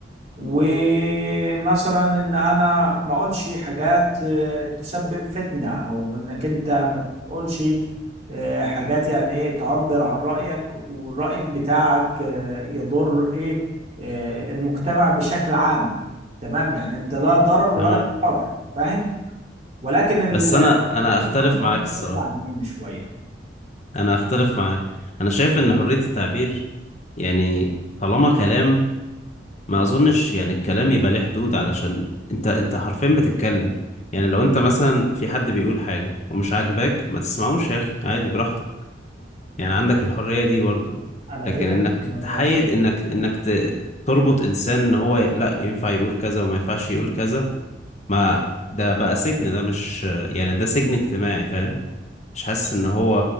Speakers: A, on the right; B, on the left.
A: ومثلا ان انا ما اقولش حاجات آه، تسبب فتنة او انك انت ما تقولش آه، حاجات يعني ايه تعبر عن رأيك والرأي بتاعك آه، يضر ايه آه، المجتمع بشكل عام تمام يعني انت لا ضرر ولا
B: تمام
A: ضرار فاهم ولكن ال...
B: بس انا انا
A: لكن
B: اختلف
A: اوروبا
B: معاك
A: مختلفة
B: الصراحة
A: عننا شوية
B: انا اختلف معاك انا شايف ان حرية التعبير يعني طالما كلام ما اظنش يعني الكلام يبقى ليه حدود علشان انت انت حرفيا بتتكلم يعني لو انت مثلا في حد بيقول حاجة ومش عاجباك ما تسمعوش يا اخي عادي براحتك يعني
A: لا
B: عندك الحرية دي برضو
A: انا غيرك
B: لكن انك
A: في الكلام
B: تحيد
A: ده
B: انك انك ت- تربط انسان ان هو لا ينفع يقول كذا وما ينفعش يقول كذا ما ده بقى سجن ده مش يعني ده سجن اجتماعي فاهم مش حاسس ان هو